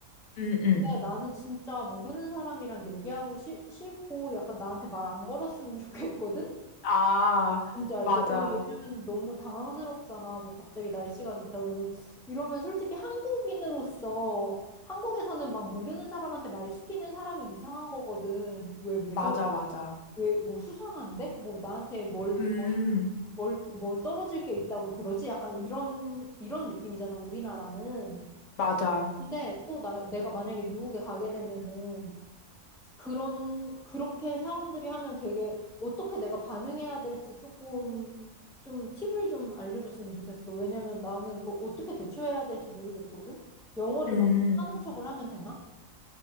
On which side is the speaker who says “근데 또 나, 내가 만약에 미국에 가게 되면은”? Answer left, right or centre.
Centre